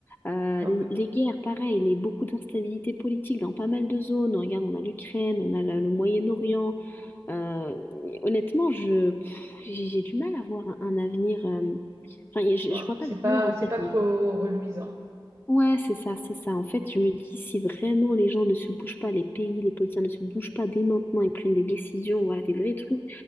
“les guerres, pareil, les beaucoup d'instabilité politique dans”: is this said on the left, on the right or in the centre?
Left